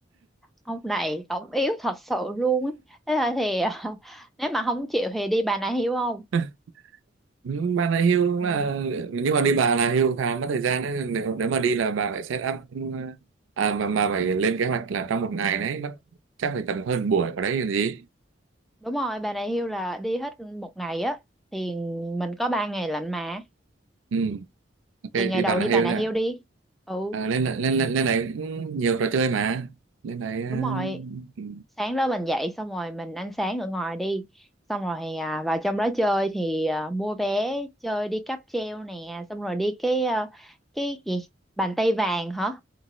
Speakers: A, in the centre; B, on the right.
A: ông này ông yếu thật sự luôn ấy thế là thì <laughs> nếu mà không chịu thì đi bà này hiêu không
B: <laughs> Ừ, bà này hưu cũng
A: Ừ,
B: là nhưng mà đi bà là hưu khá mất thời gian đấy nếu nếu mà đi là bà phải set up ừ, à mà mà phải lên kế hoạch là trong một ngày đấy mất chắc phải tầm hơn buổi vào đấy làm gì
A: đúng rồi bà này hiêu là đi hết một ngày á thì mình có ba ngày lạnh mà
B: ừ. ok
A: thì ngày
B: đi bà
A: đầu
B: là
A: đi
B: hưu
A: bà này
B: nè
A: hiêu đi ừ
B: à, lên lên lên lên này cũng nhiều trò chơi mà lên đấy ờ,
A: đúng rồi
B: ừ.
A: sáng đó mình dậy xong rồi mình ăn sáng ở ngoài đi xong rồi à, vào trong đó chơi thì à, mua vé chơi đi cáp treo nè xong rồi đi cái à, cái gì bàn tay vàng hả